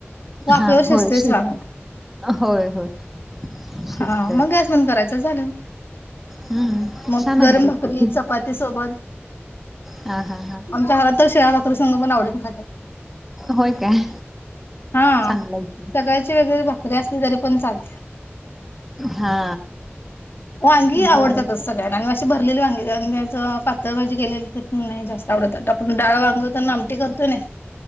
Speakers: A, on the left; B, in the centre.
A: वाफेवर
B: हा
A: शिजतयचं
B: होय शिज
A: वांग
B: होय होय शिजतय
A: हा मग गॅस बंद करायचं झालं
B: हम्म
A: मग
B: छान
A: गरम
B: आहे
A: भाकरी
B: रेसिपी
A: चपाती सोबत
B: हा हा हा
A: आमच्या घरात तर शिळ्या भाकरी संगपण आवडीन खातात
B: होय काय
A: हा
B: चांगलाय की
A: सकाळची वेगळी भाकरी असली तरी चालतेय.
B: हा
A: वांगी आवडतातच
B: बर
A: सगळ्यांना न े भरलेली वांगी. त्यात पातळ भाजी केलेली ते जास्त आवडतात. आपण डाळ वांग त आमटी करत तो नाय.